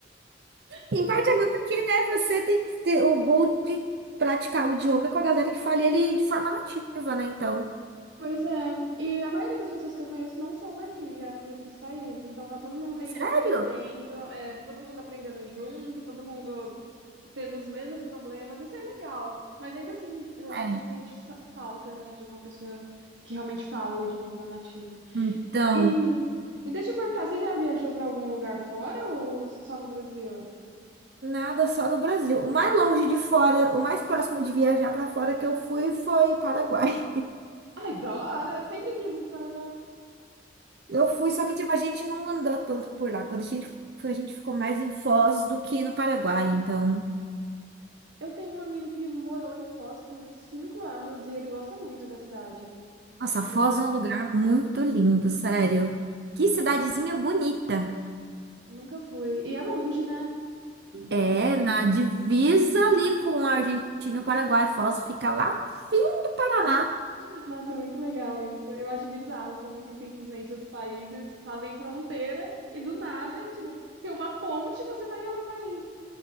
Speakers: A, on the right; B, on the right.
A: <laughs>
B: em parte
A: Sim.
B: é bom porque, né, você tem que ter o bom de praticar o idioma com a galera que fala ele de forma nativa, né? Então,
A: Pois é. E a maioria das pessoas que eu conheço não são daqui, vieram de outros países. Então tá todo mundo meio
B: sério?
A: que aprendendo, é, todo mundo aprendendo junto, todo mundo tendo os mesmos problemas. Isso é legal. Mas ainda assim, eh,
B: É.
A: você sente sa- falta, né, de uma pessoa que realmente fala o idioma nativo.
B: Então,
A: E, e deixa eu perguntar, você já viajou pra algum lugar fora ou só no Brasil?
B: nada só no Brasil. O mais longe de fora, o mais próximo de viajar para fora que eu fui foi Paraguai.
A: Ai, da hora! Eu sempre quis ir pro Paraguai.
B: Eu fui,
A: Não.
B: só que tipo, a gente não andou tanto por lá. Quando a gente foi, a gente ficou mais em Foz do que no Paraguai. Então,
A: Eu tenho um amigo que morou em Foz por cinco anos e ele gosta muito da cidade.
B: nossa, Foz
A: Eu
B: é um lugar muito lindo, sério. Que cidadezinha bonita.
A: nunca fui. E é longe, né? É Bem
B: É,
A: longe.
B: na divisa ali com a Argentina e o Paraguai. Foz fica lá, fim do Paraná.
A: <laughs> Nossa, é muito legal isso. Eu acho bizarro como que simplesmente os países fazem fronteira e do nada, tipo, tem uma ponte e você tá em outro país.